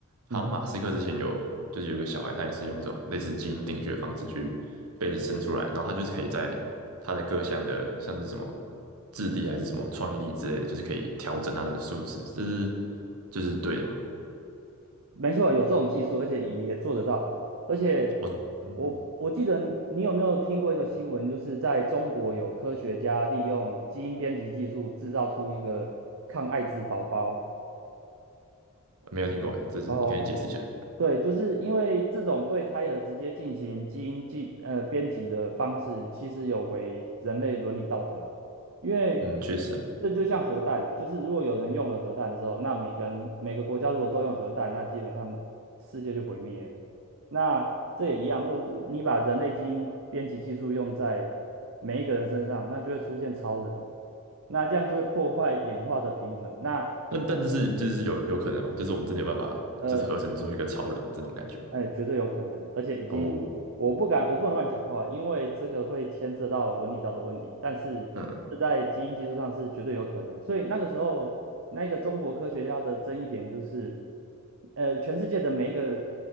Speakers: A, on the right (about 80°); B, on the right (about 60°).
A: 好像马斯克之前有就是有一个小孩，
B: 嗯，
A: 他也是用这种类似基因定序的方式去被生出来，然后他就是可以在他的各项的像是什么智力还是什么创意力之类的，就是可以调整他的素质，这是这是对的嘛？
B: 没错，有这种技术，而且也也做得到。而且
A: 哦，嗯，
B: 我我记得你有没有听过一个新闻，就是在中国有科学家利用基因编辑技术制造出一个抗艾滋宝宝。
A: 没有听过哎，这是你可以解释一下。
B: 哦，对，就是因为这种对胎儿直接进行基因记呃编辑的方式，其实有违人类伦理道德啊。因为
A: 嗯，确实啊。
B: 这就像核弹，就是如果有人用了核弹之后，那每个人每个国家如果都用核弹，那基本上世界就毁灭了。那这也一样，如果你把人类基因编辑技术用在每一个人身上，那就会出现超人，那这样就会破坏演化的平衡。那。
A: 但但这是就是有有可能嘛，就是我们真的有办法，
B: 呃。
A: 就是合成出一个超人这种感觉吗？
B: 哎，绝对有可能，而且已经，
A: 哦，
B: 我不敢，我不能乱讲话，因为这个会牵涉到伦理道德问题。但是这在基因技术上是绝对有可能，
A: 嗯
B: 所以那个时候，那个中国科学家的争议点就是，呃，全世界的每一个